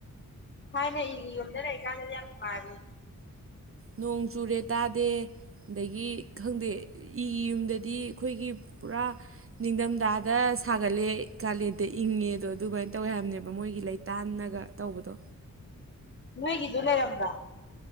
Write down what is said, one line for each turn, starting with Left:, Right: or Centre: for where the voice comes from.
Left: ꯍꯥꯏꯅꯦ ꯏꯒꯤ ꯌꯨꯝꯗ ꯂꯩꯔꯤ ꯀꯥꯟꯗꯗꯤ ꯌꯥꯝ ꯅꯨꯡꯉꯥꯏꯔꯦ
Right: ꯅꯣꯡ ꯆꯨꯔꯦ ꯇꯥꯗꯦ ꯑꯗꯒꯤ ꯈꯪꯗꯦ ꯏꯒꯤ ꯌꯨꯝꯗꯗꯤ ꯑꯩꯈꯣꯏꯒꯤ ꯄꯨꯔꯥ ꯅꯤꯡꯊꯝꯊꯥꯗ ꯁꯥꯒꯠꯂꯦ ꯀꯥꯂꯦꯟꯗ ꯏꯪꯉꯦꯗꯣ ꯑꯗꯨꯃꯥꯏꯅ ꯇꯧꯋꯦ ꯍꯥꯏꯕꯅꯦꯕ ꯃꯣꯏꯒꯤ ꯂꯩ ꯇꯥꯟꯅꯒ ꯇꯧꯕꯗꯣ
Left: ꯅꯣꯏꯒꯤꯗꯨ ꯂꯩꯔꯝꯕ꯭ꯔꯥ